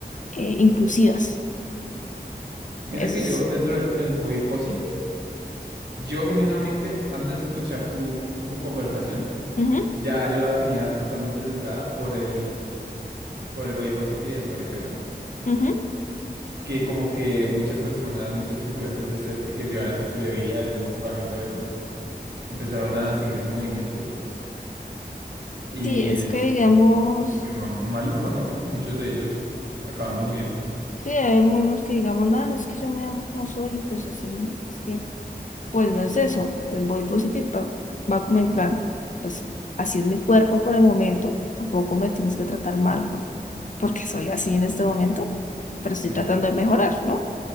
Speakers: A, on the left; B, on the right.
A: eh, inclusivas.
B: Mira
A: Eso
B: que
A: es.
B: yo dentro del Body Positive, yo genuinamente, antes de escuchar tu, tu conversación,
A: Ujú,
B: ya yo la tenía totalmente sesgada por el, por el Body Positive de sobrepeso,
A: ujú.
B: que como que muchas personas, muchos influencers de ese, que llevan ese estilo de vida, de mukbang y todo eso, empezaron a seguir ese movimiento y,
A: Sí, es que
B: es-
A: digamos,
B: y fue ma- maluco, ¿no? Porque muchos de ellos acaban muriendo.
A: sí, hay algunos que digamos, no, no es que yo me amo como soy, y pues así, es que, pues no es eso. El body positive pa- va como en plan, pues así es mi cuerpo por el momento, tampoco me tienes que tratar mal por, porque soy así en este momento, pero estoy
B: Sí,
A: tratando de mejorar, ¿no?